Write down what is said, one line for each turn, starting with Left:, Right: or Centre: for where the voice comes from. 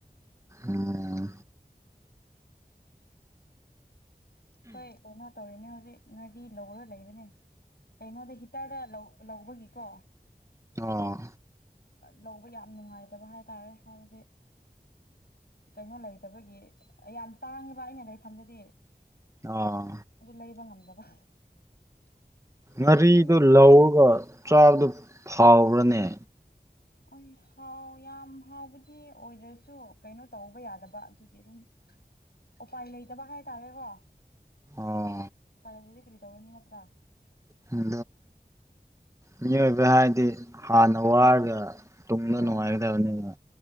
Right: ꯑꯣꯝ
Left: ꯍꯣꯏ ꯀꯩꯅꯣ ꯇꯧꯔꯤꯅꯦ ꯍꯧꯖꯤꯛ ꯉꯥꯔꯤ ꯂꯧꯔꯣ ꯂꯩꯕꯅꯦ ꯀꯩꯅꯣꯗ ꯍꯤꯇꯔꯗ ꯂꯧꯕꯒꯤꯀꯣ
Right: ꯑ
Left: ꯂꯧꯕ ꯌꯥꯝ ꯅꯨꯡꯉꯥꯏꯇꯕ ꯍꯥꯏ ꯇꯥꯔꯦ ꯍꯥꯏꯕꯗꯤ ꯀꯩꯅꯣ ꯂꯩꯇꯕꯒꯤ ꯌꯥꯝ ꯇꯥꯡꯉꯦꯕ ꯑꯩꯅ ꯂꯩꯐꯝꯗꯗꯤ
Right: ꯑꯣ
Left: ꯑꯗꯨ ꯂꯩꯕ ꯉꯝꯗꯕ
Right: ꯉꯥꯔꯤꯗꯨ
Left: ꯂꯩꯕ
Right: ꯂꯧꯔꯒ ꯆꯥꯗꯨ ꯐꯥꯎꯔꯅꯦ
Left: ꯍ ꯍꯥꯎ ꯌꯥꯝ ꯍꯥꯎꯕꯗꯤ ꯑꯣꯏꯗ꯭ꯔꯁꯨ ꯀꯩꯅꯣ ꯇꯧꯕ ꯌꯥꯗꯕ ꯑꯗꯨꯒꯤ ꯑꯗꯨꯝ ꯎꯄꯥꯏ ꯂꯩꯇꯕ ꯍꯥꯏꯇꯥꯔꯦꯀꯣ
Right: ꯑꯣ
Left: ꯐꯔꯦ ꯑꯗꯨꯗꯤ ꯀꯔꯤ ꯇꯧꯔꯅꯤ ꯅꯠꯇ꯭ꯔꯥ
Right: ꯅꯤ ꯃꯤꯑꯣꯏꯕ ꯍꯥꯏꯗꯤ ꯍꯥꯟꯅ ꯋꯥꯔꯒ ꯇꯨꯡꯗ
Left: ꯍꯣꯏ
Right: ꯅꯅꯨꯡꯉꯥꯏꯗ ꯑꯃꯅꯤꯅꯤ